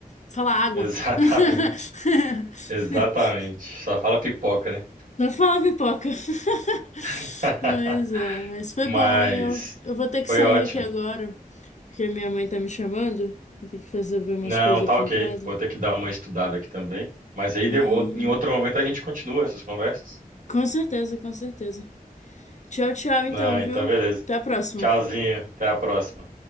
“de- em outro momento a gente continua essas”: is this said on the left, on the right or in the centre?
Right